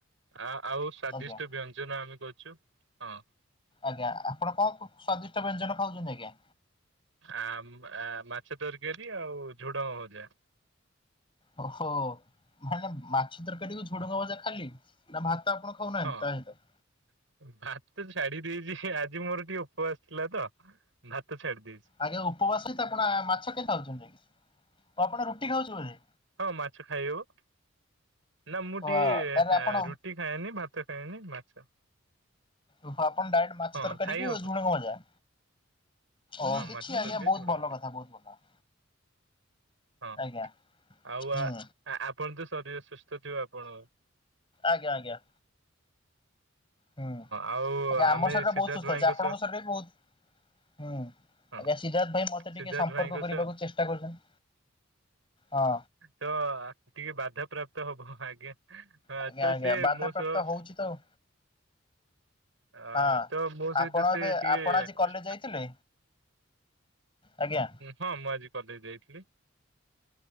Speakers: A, on the right; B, on the left.
A: ଆ ଆଉ ସ୍ଵାଦିଷ୍ଟ
B: ଆଜ୍ଞା।
A: ବ୍ୟଞ୍ଜନ ଆମେ କରଛୁ ହଁ।
B: ଆଜ୍ଞା ଆପଣ କଣ ସ୍ଵାଦିଷ୍ଟ ବ୍ୟଞ୍ଜନ ଖାଉଛନ୍ତି ଆଜ୍ଞା?
A: ଆ ମାଛ ତରକାରୀ ଆଉ ଝୁଡଙ୍ଗ ଭଜା।
B: ଓହୋ ମାନ ମାଛ ତରକାରୀକୁ ଝୁଡୁଙ୍ଗ ଭଜା ଖାଲି ନା ଭାତ ଆପଣ କହୁନାହାନ୍ତି
A: ହଁ
B: ତା ସହିତ
A: ଭାତ ତ ଛାଡି ଦେଇଛି ଆଜି ମୋର ଟିକେ ଉପବାସ ଥିଲା ତ। ଭାତ ଛାଡ଼ି ଦେଇଛି।
B: ଆଜ୍ଞା ଉପବାସ ତ ଆପଣ ମାଛ କେହି ଖାଉଛନ୍ତି କି ଆଉ ଆପଣ ରୁଟି ଖାଉଛନ୍ତି ବୋଧେ।
A: ହଁ ମାଛ ଖାଇହବ। ନା ମୁଁ
B: ଓ
A: ଟିକେ
B: ତାହେଲେ ଆପଣ
A: ରୁଟି ଖାଏନି ଭାତ ଖାଏନି ମାଛ
B: ଓହୋ ଆପଣ ଡାଇରେକ୍ଟ ମାଛ
A: ହଁ
B: ତରକାରୀକୁ
A: ଖାଇ ହବ
B: ଝୁଡଙ୍ଗ ଭଜା। ଓ
A: ହଁ
B: କିଛି
A: ମାଛ
B: ଆଜ୍ଞା
A: ତରକାରୀ
B: ବହୁତ
A: ଝୁଡଙ୍ଗ
B: ଭଲ
A: ତରକାରୀ
B: କଥା ବହୁତ ଭଲ।
A: ହଁ
B: ଆଜ୍ଞା
A: ଆଉ
B: ହୁଁ
A: ଆପଣ ତ ଶରୀର ସୁସ୍ଥ ଥିବ ଆପଣ?
B: ଆଜ୍ଞା ଆଜ୍ଞା। ହୁଁ ଆଜ୍ଞା
A: ଆଉ ଆମେ
B: ଆମ ଶରୀର
A: ସିଦ୍ଧାର୍ଥ
B: ବହୁତ ସୁସ୍ଥ
A: ଭାଇଙ୍କ
B: ଅଛି। ଆପଣଙ୍କ
A: ସହ
B: ଶରୀର ବି ବହୁତ ହୁଁ
A: ହଁ
B: ଆଜ୍ଞା ସିଦ୍ଧାର୍ଥ ଭାଇ ମତେ
A: ସିଦ୍ଧାର୍ଥ
B: ଟିକେ ସମ୍ପର୍କ
A: ଭାଇଙ୍କ
B: କରିବାକୁ
A: ସହ
B: ଚେଷ୍ଟା କରୁଛନ୍ତି ହଁ।
A: ତ ଟିକେ ବାଧା ପ୍ର୍ରାପ୍ତ ହବ ଆଜ୍ଞା। ହଁ
B: ଆଜ୍ଞା
A: ତ
B: ଆଜ୍ଞା
A: ସେ
B: ବାଧାପ୍ରାପ୍ତ
A: ମୋ ସହ
B: ହଉଛି ତ
A: ଆ
B: ହଁ
A: ତ ମୋ ସହିତ
B: ଆପଣ
A: ସେ
B: ଏବେ
A: ଟିକେ
B: ଆପଣ ଆଜି କଲେଜ ଯାଇଥିଲେ? ଆଜ୍ଞା
A: ହଁ ମୁଁ ଆଜି କଦେଇ ଦେଇଥିଲି।